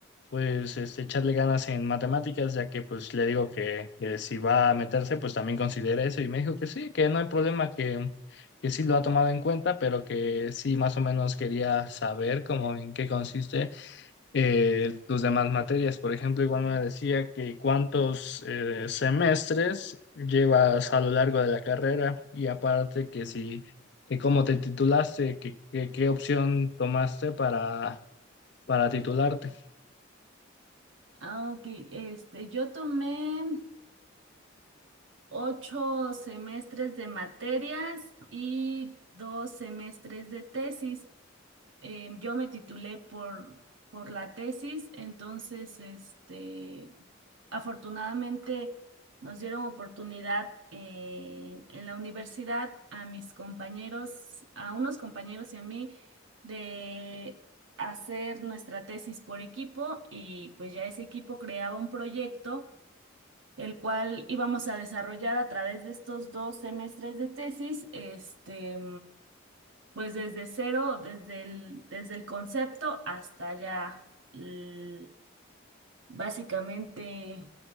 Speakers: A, on the left (about 55°); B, on the right (about 70°).
A: pues este, echarle ganas en matemáticas, ya que pues le digo que, que si va a meterse pues también considera eso y me dijo que sí, que no hay problema, que, que sí lo ha tomado en cuenta, pero que sí más o menos quería saber como en qué consiste eh, tus demás materias. Por ejemplo, igual me decía que cuántos eh, semestres llevas a lo largo de la carrera y aparte que si, que cómo te titulaste, que, que- qué opción tomaste para, para titularte.
B: Ah, ok, este, yo tomé ocho semestres de materias y dos semestres de tesis. eh, yo me titulé por, por la tesis, entonces, este, afortunadamente nos dieron oportunidad en, en la universidad a mis compañeros, a unos compañeros y a mí, de hacer nuestra tesis por equipo y pues ya ese equipo creaba un proyecto el cual íbamos a desarrollar a través de estos dos semestres de tesis, este, pues desde cero, desde el, desde el concepto hasta ya l- básicamente